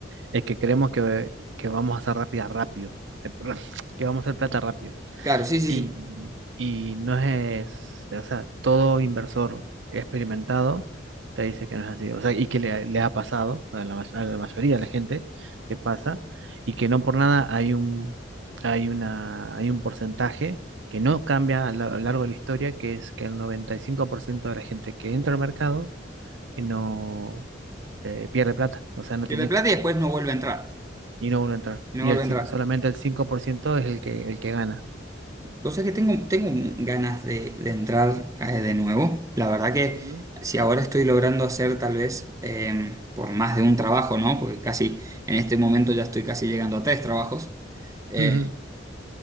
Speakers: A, on the right; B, on the right.
A: es que creemos que, que vamos a hacer rápida rápido, eh, perdón, <laughs> que vamos a hacer plata rápido.
B: Claro, sí, sí,
A: y,
B: sí.
A: y no es, o sea, todo inversor experimentado te dice que no es así, o sea, y que le, le ha pasado a la, ma- a la mayoría de la gente que pasa, y que no por nada hay un, hay una, hay un porcentaje que no cambia a lo, a lo largo de la historia, que es que el 95% de la gente que entra al mercado eh, no eh, pierde plata, o sea, no
B: Pierde
A: tiene
B: plata
A: éxito,
B: y después no vuelve a entrar.
A: y no vuelve a entrar.
B: Y no
A: Y
B: vuelve
A: el, cinco
B: a entrar.
A: solamente el 5% es el que, el que gana.
B: O sea que tengo, tengo un- ganas de, de entrar eh, de nuevo. La verdad que
A: Ujú.
B: si ahora estoy logrando hacer tal vez eh, por más de un trabajo, ¿no? Porque casi en este momento ya estoy casi llegando a tres trabajos. Eh,
A: <laughs>